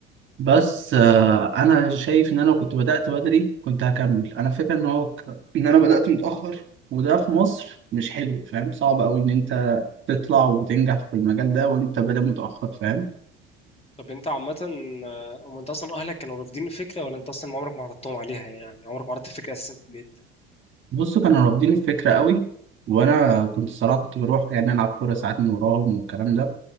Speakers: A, on the right (about 40°); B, on the left (about 20°).
A: بس آه، انا شايف ان انا لو كنت بدأت بدري كنت هكمل انا فاكر ان هو ك- ان انا بدأت متأخر وده في مصر مش حلو فاهم صعب قوي ان انت تطلع وتنجح في المجال ده وانت بادئ متأخر فاهم
B: طب انت عامه آه، هم انت اصلا اهلك كانوا رافضين الفكره ولا انت اصلا عمرك ما عرضتهم عليها يعني عمرك ما عرضت الفكره اساسا في البيت
A: بصوا كانوا رافضين الفكرة قوي وانا كنت الصراحة كنت بروح يعني العب كورة ساعات من وراهم والكلام ده